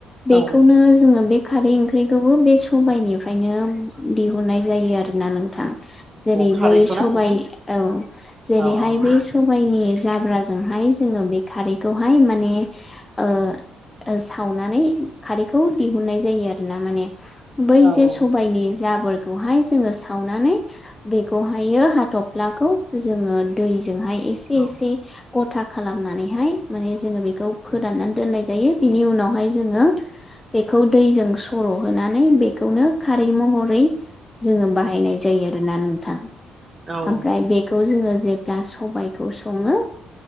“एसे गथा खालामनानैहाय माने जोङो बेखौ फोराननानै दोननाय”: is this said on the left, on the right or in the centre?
Left